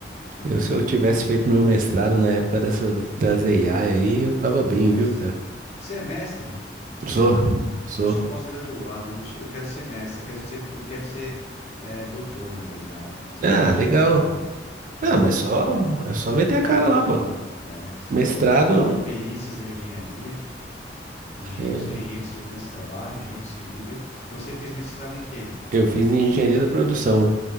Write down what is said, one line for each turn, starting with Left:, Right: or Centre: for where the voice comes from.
Left: Nossa,
Right: Eu, se eu tivesse feito meu mestrado na época dessas, das AI aí, eu tava bem,
Left: nossa.
Right: viu, cara?
Left: Você é mestre?
Right: Sou, sou.
Left: Eu sou pós-graduado, eu, não che- eu quero ser mestre, eu quero ser, eu quero ser eh, doutor, na verdade, mas eu
Right: Ah,
Left: ainda não cheguei
Right: legal.
Left: lá, não. É,
Right: Ah, mas
Left: eu sou.
Right: só, é só meter a
Left: Pós-graduados,
Right: cara lá, pô.
Left: é. Sou
Right: Mestrado,
Left: pós-graduado em perícias da engenharia. engen-
Right: É,
Left: Sou engenheiro de segurança do trabalho, engenheiro civil. Você fez mestrado em quê?
Right: Eu fiz engenharia da produção.